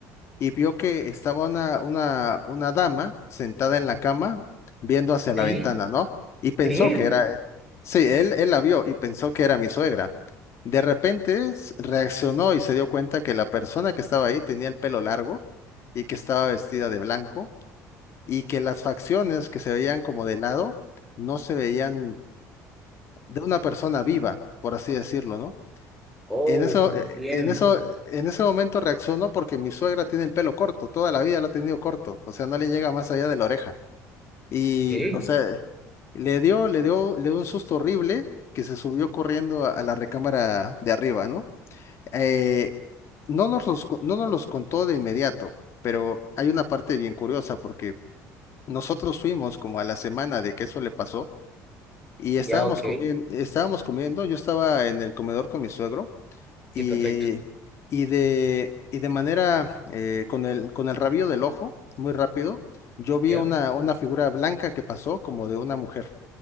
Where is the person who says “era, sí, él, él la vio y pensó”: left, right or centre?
Left